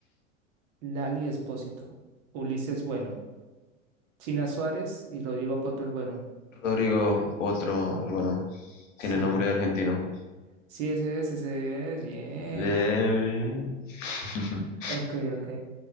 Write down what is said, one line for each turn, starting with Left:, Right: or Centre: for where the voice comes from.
Right: Lali Espósito, Ulises Bueno, China Suárez y Rodrigo Potro el Bueno.
Left: Rodrigo Potro, el bueno.
Right: Sí,
Left: Tiene nombre de argentino.
Right: sí, ese es, ese es, bien.
Left: Levi.
Right: <laughs> Ah,
Left: <laughs>
Right: Ok, ok.